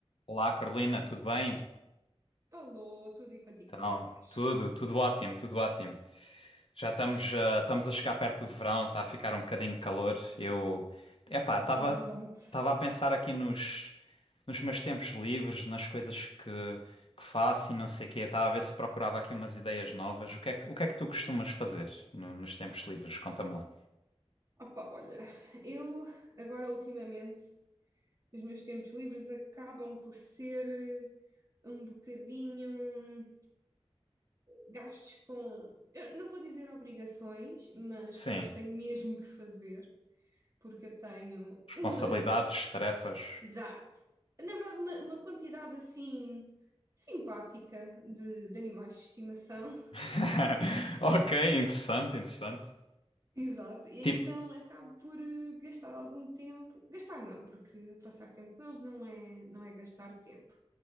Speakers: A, on the left; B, on the right.
A: Olá, Carolina, tudo bem?
B: Alô, tudo e contigo,
A: Então,
B: como é que estás?
A: tudo, tudo ótimo, tudo ótimo. Já estamos, ah, estamos a chegar perto do verão, está a ficar um bocadinho de calor. Eu, epá, estava,
B: É verdade.
A: estava a pensar aqui nos, nos meus tempos livres, nas coisas que, que faço e não sei o quê. Estava a ver se procurava aqui umas ideias novas. O que é que, o que é que tu costumas fazer no- nos tempos livres? Conta-me lá.
B: Opa, olha, eu agora ultimamente os meus tempos livres acabam por ser eh, um bocadinho gastos com, eu não vou dizer obrigações, mas
A: Sim,
B: coisas que tenho mesmo que fazer, porque eu tenho
A: responsabilidades,
B: uma,
A: tarefas.
B: exato, na verdade uma, uma quantidade assim simpática de, de animais de estimação
A: <laughs> Ok, interessante, interessante.
B: Exato, e
A: Tipo,
B: então acabo por eh, gastar algum tempo, gastar não, porque passar tempo com eles não é, não é gastar tempo,